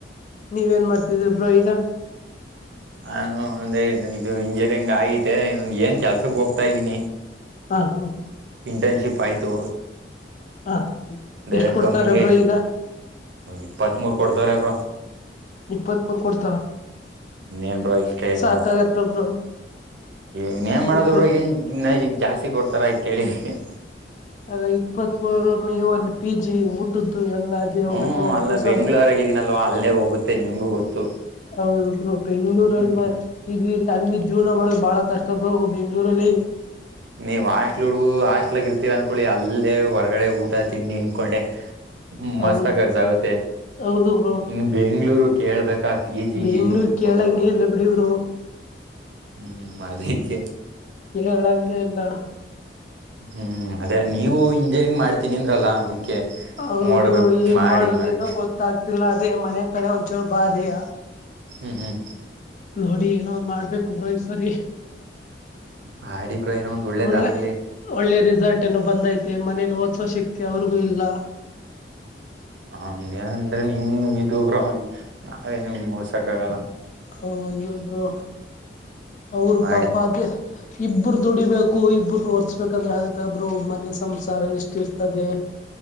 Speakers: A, on the left; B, on the right.
A: ನೀವೇನ್ ಮಾಡ್ತಿದ್ರಿ. ರೋಹಗ.
B: ನಾನು ಒಂದ ಇದು ಇಂಜಿನಿಯರಿಂಗ್ ಆಗಿತೆ ಏನ್ ಕೆಲ್ಸಕ್ ಹೋಗ್ತಾ ಇದ್ದೀನಿ.
A: ಹ ಹ
B: ಇಂಟರ್ನ್ಶಿಪ್ ಆಯಿತು.
A: ಹ
B: ಡೈರೆಕ್ಟ್
A: ಎಷ್ಟ್ ಕೊಡ್ತಾರ
B: ಕಂನಿಗೆ
A: ಬ್ರೋ ಈಗ
B: ಇಪ್ಪತ್ತ್ ಮೂೂರು ಕೊಡ್. ತರೇಬ.
A: ಇಪ್ಪತ್ ಮೂರು ಕೊಡ್..
B: ಎನ್ ರಾಜಕೀಯಪ
A: ಸಾಕಾಗತ್ತ ಬ್ರೋ
B: ಏನೇ ಮಾಡಿದರೂ
A: ಇಪ್ಪ
B: ಏನ್ ಜಾಸ್ತಿ ಕೊಡ್ತಾರೆ ಕೇಳಿ. ಹ.
A: ಆ ಇಪ್ಪತ್ ಮೂರ ನೀವು ಅಲ್ಲಿ ಪಿ ಜಿ ಊಟದ್ದ. ಎಲ್ಲ ಅದೇ ಹೋಗತ್ತಲ್ಲ
B: ಹ್ಮ್
A: ಒಬ್ರು
B: ಅಲ್ಲ
A: ಸ
B: ಬೆಂಗ್ಳೂರಾಗಿದ್ದೀನಲ್ವಾ ಅಲ್ಲೇ ಹೋಗುತ್ತೆ ನಿಮ್ಗೂ ಗೊತ್ತು
A: ಹೌದೊಬ್ರು ಬೆಂಗ್ಗಳೂರಲ್ಲಿ
B: ಹ್ಮ್
A: ಇದರಿ ಅಲ್ಲಿ ಜೀವನ ಮಾಡಕ್ ಬಾಳ. ಅಷ್ಟೊಂದು ಬೆಂಗಳೂರಿನಲ್ಲಿ.
B: ನೀವ್ ಹಾಸ್ಟೆಲ್ ಹುಡುಗರು ಹಾಸ್ಟೆಲ್ ತಿಳ್ಕೋತೀರಾ ಅನ್ಕೊಳ್ಳಿ ಅಲ್ಲೇ ಹೊರ್ಗಡೆ ಊಟ ತಿಂಡಿ ಇಂಕೊಂಡೆ. ಮಸ್ತ
A: ಹೌದು
B: ಕರ್ಸ ಆಗುತ್ತೆ
A: ಹೌದು ಬ್ರೋ
B: ಇನ್ ಬೆಂಗಳೂರು ಕೇಳ್ಬೇಕಾ ಪಿ ಜಿ
A: ಬೆಂಗ್ಳೂರ್
B: ಅನ್ಕೊಂಡು
A: ಕೇಳಂಗೆ ಇಲ್ಲ ಬಿಡಿ ಬ್ರೋ
B: ಹ್ಮ ಅದಕ್ಕೆ.
A: ಕೇಳಂಂಗ ಇಲ್ಲ.
B: ಹ್ಮ್ ಅದೇ ನೀವು ಇಂಜಿನಿಯರಿಂಗ್ ಮಾಡ್. ತಿನ್ನಿಂದ್ರಲ್ಲಾ ಅದಕ್ಕೆ.
A: ಹಬ್ರು
B: ನೋಡ್ಬೇಕು
A: ಏನ್
B: ಮಾಡಿ
A: ಮಾಡೋದೇನೋ
B: ಮಾಡಿ
A: ಗೊತ್ತಾಗ್ತಿಲ್ಲ ಅದೇ ಮನೆ ಕಡೆ ಒಂದಚೋರು. ಬಾಾದೆಯ.
B: ಹ್ಮ್ ಹ್ಮ್
A: ನೋಡಿ ಏನಾದ್ ಮಾಡ್ಬೇಕು ಬ್ರೋ ಈ ಸರಿ.
B: ಮಾಡಿ ಬ್ರೋ ಏನೋ ಒಂದ್ ಒಳ್ಳೇದ
A: ಒಳ್ಳೆ
B: ಆಗ್ಲಿ
A: ಒಳ್ಳೆ ರಿಸಲ್ಟ್ ಏನೋ ಬಂದೈತ. ಮತ್ತೆ ಮನೇಲಿ ಓದಸೋ ಶಕ್ತಿ ಅವ್ರಿಗೂ ಇಲ್ಲ.
B: ಹ ಅಂದ್ರೆ ನಿಮ್ ಇೊಬ್ರ ನಾವೆ ನಿಮ್ಗೆ ಹೊಓಸಕ್ ಆಗಲ್ಲ.
A: ಹೌದು ಬ್ರೋ. ಅವರು
B: ಮಾಡಿ
A: ಪಾಪ ಅದೇ. ಇಬ್ಬರು ದುಡಿಬೇಕು ಇಬ್ಬರು ಓರ್ಸ್ಬೇಕಂದ್ರೆ ಆಗತ್ತೆ ಬ್ರೋ ಮನೆಸ. ಸಂಸಾರ ಎಷ್ಟ ಇರ್ತದೆ